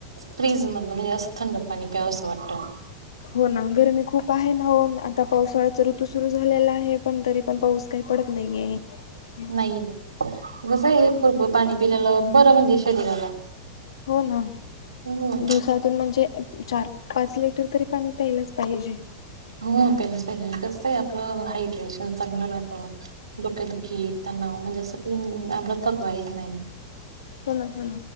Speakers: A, on the right; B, on the left.
A: फ्रीज मधलं म्हणजे असं थंड पाणी प्यावं असं वाटतं.
B: हो ना... गरमी खूप आहे ना... हो... न आता पावसाळ्याचा ऋतू सुरू झालेला आहे... पण तरी पण पाऊस काही पडत नाहीये... ये... <unintelligible>
A: हाये ना? कसं ए.... भरपूर पाणी पिलेलं... बरं म्हणजे शरीराला
B: हो ना...
A: हम्म
B: दिवसातून म्हणजे चार पाच लिटर तरी पाणी... प्यायलाच पाहिजे.
A: हो प्यायलंच पाहिजे... कसं ए... आपलं हायड्रेशन चांगलं राहतं डोकेदुखी... तणाव... म्हणजे असं... आपला थकवा येत नाही.
B: हो ना... हूं.